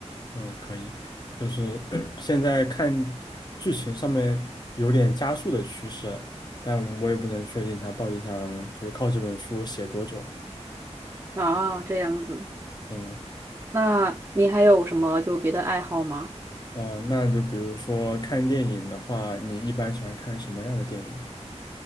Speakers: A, on the left; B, on the right.
A: 嗯，可以，就是 <clears throat> 现在看剧情上面有点加速的趋势了，但我也不能确定他到底想就是靠这本书写多久。
B: 啊，这样子。
A: 嗯。
B: 那你还有什么就别的爱好吗？
A: 哦，那就比如说看电影的话，你一般喜欢看什么样的电影？